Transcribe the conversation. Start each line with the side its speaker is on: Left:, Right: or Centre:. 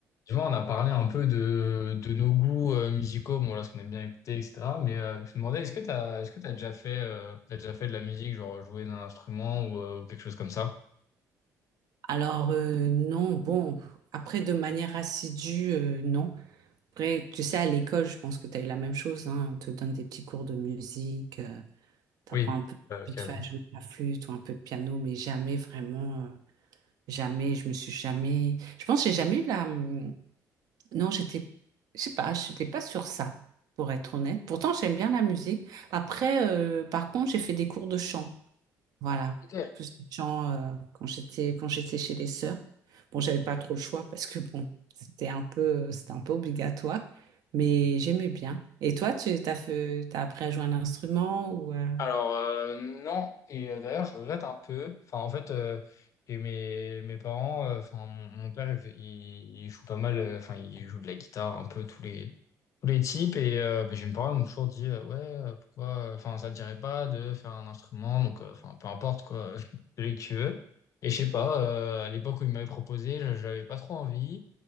Left: Tu vois, on a parlé un peu de, de nos goûts euh, musicaux, bon là, ce qu'on aime bien écouter, etc. Mais euh, je me demandais, est-ce que t'as, est-ce que t'as déjà fait, euh, t'as déjà fait de la musique, genre jouer d'un instrument ou, euh, ou quelque chose comme ça?
Right: Alors, euh, non, bon, après, de manière assidue, euh, non. Après, tu sais, à l'école, je pense que tu as eu la même chose, hein. On te donne des petits cours de musique, tu
Left: Oui.
Right: apprends un peu
Left: Euh, ok,
Right: vite fait
Left: oui.
Right: à jouer de la flûte ou un peu de piano, mais jamais vraiment, euh, jamais, je me suis jamais... Je pense que j'ai jamais eu la... hum, Non, j'étais, je sais pas, j'étais pas sur ça, pour être honnête. Pourtant, j'aime bien la musique. Après, euh, par contre, j'ai fait des cours de chant. Voilà,
Left: Ok.
Right: plus de chant euh, quand j'étais quand j'étais chez les sœurs. Bon, j'avais pas trop le choix parce que bon, c'était un peu c'était un peu obligatoire, mais j'aimais bien. Et toi, tu t'as fait t'as appris à jouer un instrument ou euh,
Left: Alors euh, non, et euh, d'ailleurs je regrette un peu. Enfin en fait, euh, et mes, mes parents, euh, enfin mon, mon père, il, fait- il- il joue pas mal, euh, enfin il joue de la guitare un peu tous les tous les types et euh, ben, j'ai mes parents ils m'ont toujours dit euh, ouais euh, pourquoi euh, enfin ça te dirait pas de faire un instrument donc euh, enfin peu importe quoi <laughs> celui que tu veux et je sais pas euh, à l'époque où ils m'avaient proposé je- j'avais pas trop envie